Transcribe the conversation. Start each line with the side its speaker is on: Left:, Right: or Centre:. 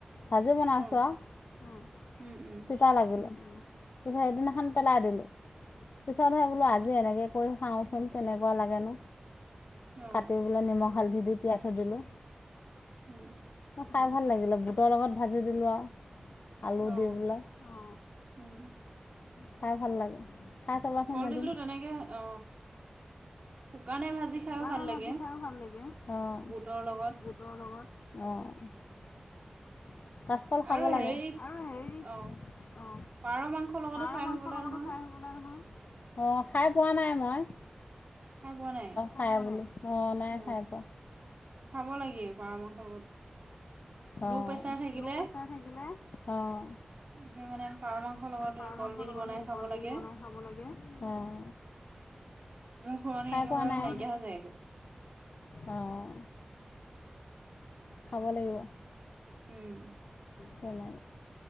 Left: ভাজি বনাইছোঁ
Right: অ
Left: আৰু
Right: উম উম
Left: তিতা লাগিলে। সেইদিনাখন পেলাই দিলোঁ। পিছতহে বোলো আজি
Right: অ
Left: এনেকৈ কৈ চাওচোন কেনেকুৱা লাগেনো।
Right: অ',
Left: কাটি পেলাই নিমখ হালধি দি তিয়াই থৈ দিলোঁ।
Right: উম
Left: খাই ভাল লাগিলে বুটৰ লগত ভাজি দিলোঁ আৰু। আলু
Right: অ
Left: দি এইবিলাক।
Right: উম
Left: খাই ভাল লাগে। খাই চাবাচোন
Right: কলডিলটো
Left: এদিন
Right: তেনেকে অ শুকানে ভাজি
Left: শুকানে
Right: খাইও ভাল লাগে
Left: ভাজি খাইয়ো ভাল লাগে অঁ,
Right: বুটৰ লগত
Left: বুটৰ লগত, অঁ। কাচকল খাব
Right: আৰু
Left: লাগে
Right: হেৰি
Left: আৰু হেৰি
Right: অ
Left: অ
Right: পাৰ মাংসৰ লগতো
Left: পাৰ
Right: খাই
Left: মাংস
Right: হবলা
Left: লগতো
Right: নহয়
Left: খাই হবলৈ নহয়। অঁ, খাই পোৱা নাই মই।
Right: খাই পোৱা নাই।
Left: নাই অঁ, নাই
Right: অ
Left: খাই পোৱা।
Right: খাব লাগে পাৰ মাংসৰ লগত
Left: অঁ,
Right: ল' প্ৰেচাৰ থাকিলে
Left: লো' প্ৰেছাৰ থাকিলে অঁ
Right: সেই মানে পাৰ মাংসৰ লগত
Left: পাৰ
Right: সেই কলডিল
Left: মাংসৰ লগত
Right: বনাই খাব
Left: কলডিল
Right: লাগে
Left: বনাই খাব লাগে অঁ,
Right: মোৰ ঘূৰণি
Left: খাই
Right: একেবাৰে
Left: পোৱা নাই।
Right: নাইকিয়া হৈ যায় গৈ
Left: অঁ খাব লাগিব।
Right: উম
Left: তেনে,